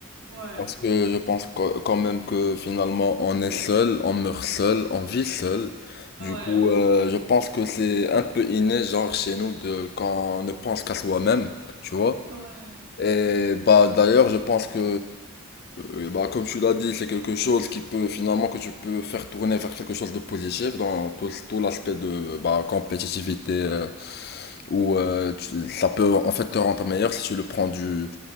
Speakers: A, on the right; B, on the left.
A: Ouais,
B: Parce que je pense qu- quand même que finalement on est seul, on meurt seul, on vit seul.
A: ouais,
B: Du coup, euh, je pense que c'est un peu inné, genre chez nous, de quand on ne pense qu'à soi-même, tu vois.
A: ouais,
B: Et bah d'ailleurs, je pense que, euh, bah, comme tu l'as dit, c'est quelque chose qui peut finalement que tu peux faire tourner vers quelque chose de positif dans tout, tout l'aspect de bah, compétitivité. euh, où euh, tu- ça peut en fait te rendre meilleur si tu le prends du